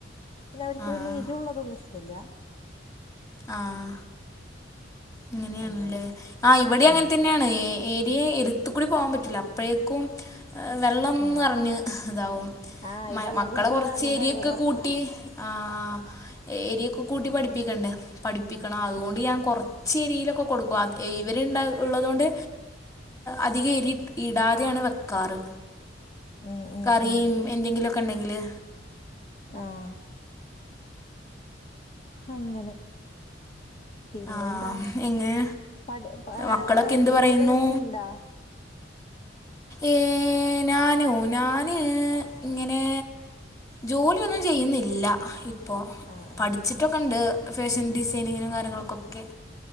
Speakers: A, on the left; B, on the left.
A: പിന്നെ അവർക്ക്
B: ആ ആ
A: വല്യ എരുള്ളതൊന്നും ഇഷ്ടല്ല
B: ആഹ് അങ്ങനെയാണല്ലേ
A: അങ്ങനെ
B: ആഹ് ഇവിടെ അങ്ങനെ
A: ഉം
B: തന്നെയാണ്ഏ ഏരിയ ഒത്ത കൂടി പോവാൻ പറ്റുല്ല അപ്പോഴേക്കും വെള്ളംന്ന്
A: ഉം
B: പറഞ്ഞ് ഇതാവും
A: ആഹ് ഈ
B: മ
A: വെള്ളം
B: മക്കളെ
A: കുടിച്ച്
B: കൊറച്ച്
A: ഇവര് ആദ്യം
B: എരിയൊക്കെ
A: വയറ് നിറയ്ക്കും
B: കൂട്ടി ആഹ് എരിയ കൂട്ടി പഠിപ്പിക്കണ്ടേ പഠിപ്പിക്കണം അതുകൊണ്ട്
A: ഉം
B: ഞാൻ കൊറ ചരിയിലൊക്കെ കൊടുക്കും അത് ഇവരുണ്ട ഉള്ളത് കൊണ്ട് അധിക എരി ഇടാതെയാണ് വെക്കാറ്
A: ഉം ഉം
B: കറിം
A: ഉം
B: എന്തെങ്കിലൊക്കെ ഇണ്ടെങ്കില്
A: ആഹ് അങ്ങനെ പിന്നെന്താ
B: ആഹ് എങ്ങനെ
A: പടി വേറെ
B: മക്കളൊക്കെ എന്ത്
A: ജോലി
B: പറയുന്നു
A: എന്തേലും ചെയ്യ്ണ്ടാ
B: ഏ ഞാനോ ഞാന് ഇങ്ങനെ ജോലിയൊന്നും ചെയ്യുന്നില്ല ഇപ്പൊ
A: ആഹ് ആഹ്
B: പഠിച്ചിട്ടൊക്ക ഉണ്ട് ഫാഷൻഡി സൈനിങ്ങിനും കാര്യങ്ങൾക്കൊക്കെ